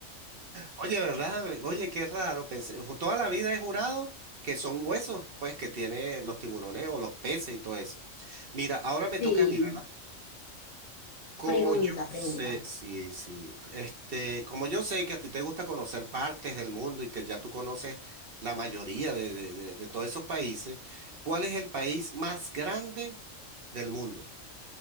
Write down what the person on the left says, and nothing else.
Sí.
Pregunta,
pregunta.